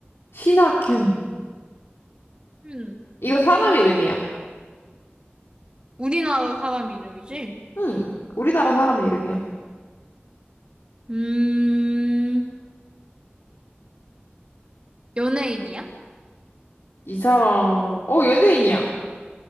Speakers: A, on the left (about 80°); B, on the right (about 25°).
A: 신하균.
B: 균.
A: 이거 사람
B: 균?
A: 이름이야.
B: 우리나라 사람 이름이지?
A: 응. 우리나라 사람 이름이야.
B: 음, 연예인이야?
A: 이 사람, 어, 연예인이야.